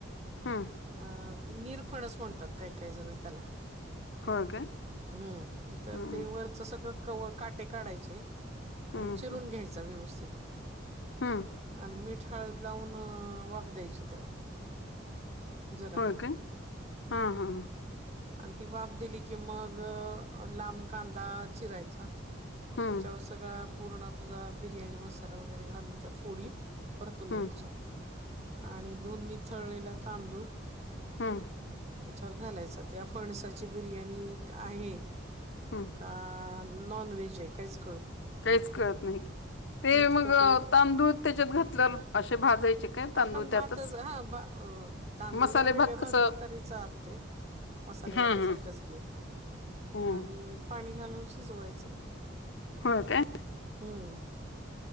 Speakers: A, on the left; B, on the right.
A: हं.
B: अं निरफळच म्हणतात काय काही जण त्याला
A: होय काय?
B: हम्म तर
A: हं,
B: ते वरच सगळं क काटे काढायचे
A: हं,
B: आणि चिरून
A: हं,
B: घ्यायचा व्यवस्थित
A: हं.
B: आणि मीठ हळद लावून वाफ द्यायची त्याला जरा
A: होओ का हा हा
B: आणि ती वाफ दिली की मग लांब कांदा चिरायचा त्याच्यावर
A: हं,
B: सगळा पूर्ण तुझा बिर्याणी मसाला वगैरे घालून त्या फोडी परतून
A: हं.
B: घ्यायच्या आणि दोन् निथळलेल्या तांदूळ
A: हा
B: त्याच्यावर घालायच त्या फणसाची बिर्याणी एक आहे
A: हं.
B: का नॉन व्हेज आहे कायच
A: काहीच कळतं नाही ते
B: इतकं
A: मग
B: ते
A: तांदूळ त्याच्यात घातलं असे भाजायचे काय तांदूळ
B: आपण भात
A: त्यातच
B: हा तांदूळ
A: मसाले
B: जरा वेगळे
A: भात कस
B: भाजले तरी चालते मसाले
A: हा
B: भाता
A: हा
B: सारखच घे
A: हो
B: आणि पाणी घालून जवायचं
A: हो काय
B: हम्म